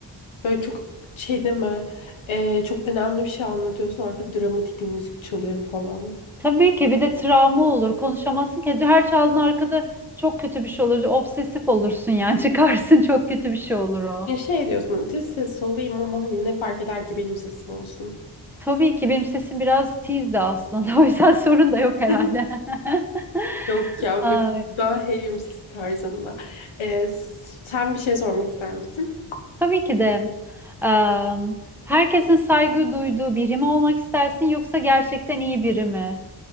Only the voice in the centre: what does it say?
Tabii ki bir de travma olur. Konuşamazsın ki. Her çaldığın arkada çok kötü bir şey olur. Obsesif olursun yani. <laughs> Çıkarsın çok kötü bir şey olur o.
Tabii ki benim sesim biraz tiz de aslında. <laughs> O yüzden sorun da yok herhalde.
<laughs>
Ay,
tabii ki de. Am, herkesin saygı duyduğu biri mi olmak istersin yoksa gerçekten iyi biri mi?